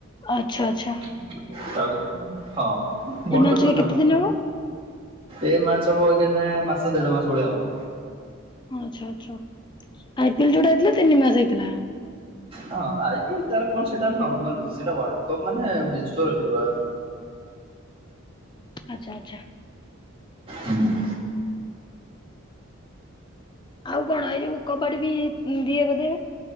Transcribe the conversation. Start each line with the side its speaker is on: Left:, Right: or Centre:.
Left: ଆଚ୍ଛା ଆଚ୍ଛା
Right: <unintelligible> ହଁ
Left: ଏଇ
Right: ବଡ
Left: ମ୍ୟାଚ
Right: ଟୁର୍ଣ୍ଣାମେଣ୍ଟ
Left: ଏବେ କେତେ ଦିନ ହବ।
Right: ଏ ମ୍ୟାଚ ହବ ଅଇଖା ଯାଁଏ ମାସେ। ଦେଢ଼ ମାସ ଭଳିଆ ହବ।
Left: ଆଚ୍ଛା ଆଚ୍ଛା ଆଇ ପି ଏଲ ଯୋଉଟା ହେଇଥିଲା ତିନି ମାସ ହେଇଥିଲା।
Right: ହଁ ଆଇ ପି ଏଲ ତାର କଣ ସେଟା ନର୍ମାଲ ସେଇଟା କପ୍ ମାନେ ବିଶ୍ଵରେ ପୁରା।
Left: ଆଚ୍ଛା ଆଚ୍ଛା
Right: ହନ
Left: ଆଉ କଣ ଏଇ ଯୋଉ କବାଡି ବି ଦିଏ ବୋଧେ।